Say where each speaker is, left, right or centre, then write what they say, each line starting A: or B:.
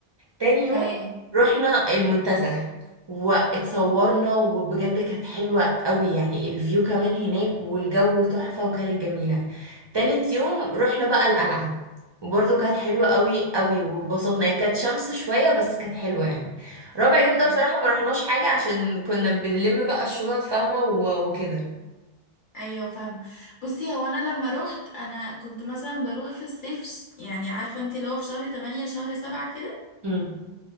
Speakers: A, on the right; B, on the left.
A: تاني يوم
B: ايوه
A: رحنا المنتزه واتصورنا وبجد كانت حلوة قوي يعني الفيو كمان هناك والجو تحفة وكانت جميلة تالت يوم رحنا بقى القلعة وبرضه كانت حلوة قوي قوي وبسطنا هي كانت شمس شوية بس كانت حلوة يعني رابع يوم
B: بجد؟
A: ده بصراحة ما رحناش حاجة عشان كنا بنلم بقى الشنط فاهمة و- وكده
B: ايوه فاهمه بصي هو انا لما روحت انا كنت مثلا بروح في الصيف ش- يعني عارفه انت اللي هو في شهر 8 شهر 7 كده
A: امم